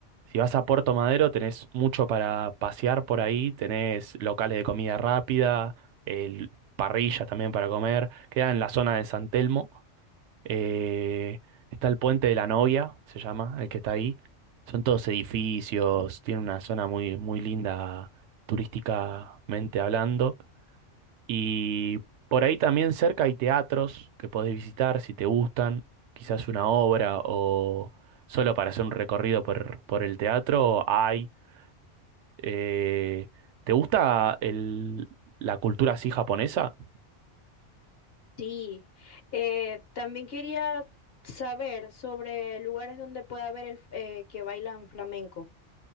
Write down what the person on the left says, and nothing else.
Sí, eh, también quería saber sobre lugares donde pueda haber el, f- eh, que bailan flamenco.